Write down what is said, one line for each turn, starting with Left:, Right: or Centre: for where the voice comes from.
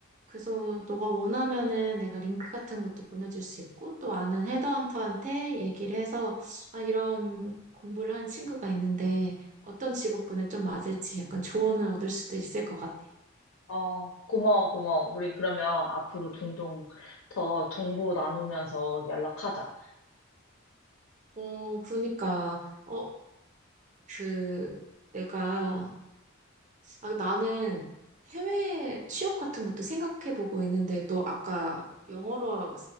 Right: 그래서 너가 원하면은 내가 링크 같은 것도 보내줄 수 있고, 또 아는 헤드헌터한테 얘기를 해서, 아, 이런 공부를 한 친구가 있는데, 어떤 직업군에 좀 맞을지 약간 조언을 얻을 수도 있을 것 같아.
Left: 어, 고마워, 고마워. 우리 그러면 앞으로 종종 더 정보 나누면서 연락하자.
Right: 어, 그러니까, 어, 그, 내가 아, 나는 해외 취업 같은 것도 생각해 보고 있는데, 너 아까 영어로